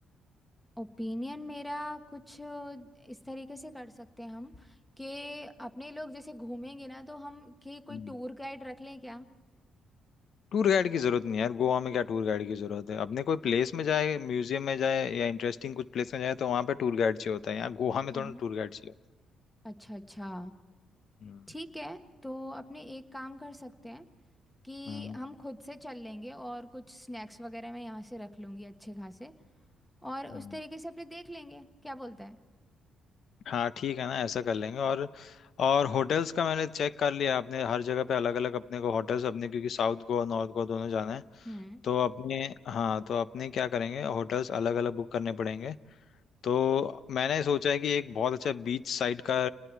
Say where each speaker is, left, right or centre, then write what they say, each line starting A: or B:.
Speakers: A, in the centre; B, on the left.
A: ओपिनियन मेरा कुछ इस तरीके से कर सकते हैं हम कि अपने लोग जैसे घूमेंगे ना तो हम कि
B: है
A: कोई टूर गाइड रख लें क्या
B: टूर गाइड की जरूरत नहीं है यार गोवा में क्या टूर गाइड की जरूरत है अपने कोई प्लेस में जाए म्यूजियम में जाए या इंटरेस्टिंग कुछ प्लेस में जाए तो वहां पे टूर गाइड चाहिए होता है यहाँ गोवा में
A: हम्म
B: थोड़ा टूर गाइड चाहिए
A: अच्छा अच्छा
B: हम्म
A: ठीक है तो अपने एक काम कर सकते हैं कि
B: होता है। हम्म
A: हम खुद से चल लेंगे और कुछ स्नैक्स वगैरह मैं यहाँ से रख लूंगी अच्छे खासे और
B: हम्म।
A: उस
B: हम्म।
A: तरीके से अपने देख लेंगे क्या बोलता है
B: हाँ ठीक है ना ऐसा कर लेंगे और और होटल्स का मैंने चेक कर लिया अपने हर जगह पे अलग अलग अपने को होटल्स अपने क्योंकि साउथ गोवा नॉर्थ गोवा दोनों जाना है
A: हम्म
B: तो अपने हाँ तो अपने क्या करेंगे होटल्स अलग अलग बुक करने पड़ेंगे तो मैंने सोचा है कि एक बहुत अच्छा बीच साइड का